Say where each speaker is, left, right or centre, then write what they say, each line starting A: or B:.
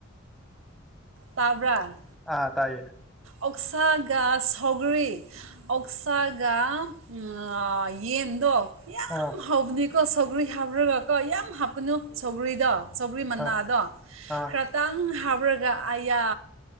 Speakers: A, on the right; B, in the centre.
A: ꯇꯥꯕ꯭ꯔ
B: ꯑꯥ ꯇꯥꯏꯌꯦ
A: ꯑꯣꯛꯁꯥꯒꯥ ꯁꯧꯒ꯭ꯔꯤ ꯑꯣꯛꯁꯒ ꯑ ꯌꯦꯟꯗꫭ
B: ꯑꯥ
A: ꯍꯥꯎꯕꯅꯤꯀꯣ ꯁꯧꯒ꯭ꯔꯤ ꯍꯥꯞꯄꯔꯒꯀꯣ ꯌꯥꯝ ꯍꯥꯞꯀꯅꯨ ꯁꯧꯒ꯭ꯔꯤꯗꯣ ꯁꯧꯒ꯭ꯔꯤ ꯃꯅꯥꯗꯣ
B: ꯑꯥ ꯑꯥ
A: ꯈꯔꯇꯪ ꯍꯥꯞꯔꯒ ꯑꯌꯥ